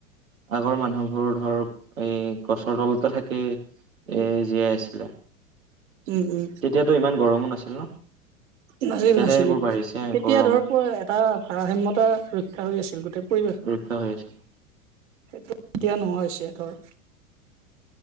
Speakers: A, on the right; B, on the right.
A: আগৰ মানুহবোৰ ধৰ এ গছৰ তলতে থাকেই, এ জীয়াই আছিলে।
B: উম উম
A: তেতিয়াতো ইমান গৰমো নাছিল ন?
B: নাছিল
A: এতিয়াহে
B: নাছিল।
A: এইবোৰ বাঢ়িছে
B: তেতিয়া
A: গৰম
B: ধৰ প এটা ভাৰসাম্যতা ৰক্ষা হৈ আছিল, গোটেই পৰি-
A: ৰক্ষা হৈ আছিল।
B: সেইটো এতিয়া নোহোৱা হৈছে ধৰ।